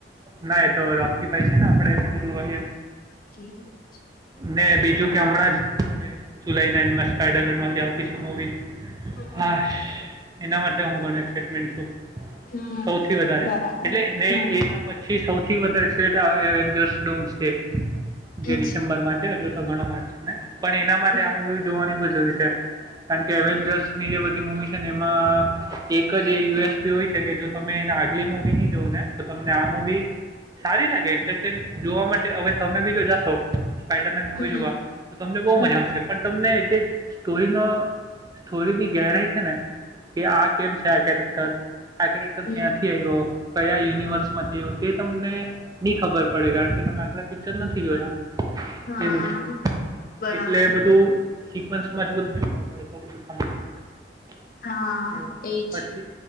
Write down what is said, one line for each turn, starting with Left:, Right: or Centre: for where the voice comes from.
Right: ના એ તો રોકીકી ભાઈ છે ને આપડે એટ જો હો
Left: હ
Right: ને બીજું કે હમણાં જ જુલાઈ ના એન્ડમાં સ્પાઈડરન આવતી છે મવી
Left: હમ
Right: હા એના માટે હું ઘણ એક્સાટમેન્ટ છું
Left: હમ
Right: સૌથી વધારે
Left: બરાબર
Right: એટલે ને
Left: હમ
Right: એના પછી સૌથી વધારે શેડ એવેન્જર્સ ડોમ સ્ટે જે
Left: અચ્છા
Right: ડિસેમ્બર માં છે હજુ તો ઘણો વાત છે ને પણ એના માટે
Left: હા
Right: આ મુવી જોવાની બહુ જરૂરી છે કારણ કે
Left: હમ
Right: એવે જો ની જે બધી મૂવી છે ને એમાં એક જ એ યુએસપી હોય છે કે જો તમે એના આગલી મૂવી ની જોઓ ને તો તમને આ મુવી સારી લાગે એન્ટરટેન જોવા માટે હવે તમે બીજો જાશો. સ્પાઈડરમેન મુવી
Left: હમ હમ,
Right: જોવા તો તમને બહુ
Left: હમ,
Right: મજા આવશે પણ તમને જે સ્ટોરીનો. સ્ટોરી ની ગેરાઈ છે ને કે આ કેમ છે આ કેરેક્ટર આ કેરેક્ટર
Left: હમ.
Right: ક્યાં. કયા યુનિવર્સ માંથી આવ્યો તે તમને નહી ખબર પડે કારણકે તમે. આપ પિક્ચર નથી જોયા
Left: હા
Right: એવું છે
Left: બરાબર
Right: એટલે બધું. સિકવન્સમાંજું બધું જોવા પડે તો બધું સમજ પડે
Left: હા
Right: એવું
Left: એજ
Right: પછી.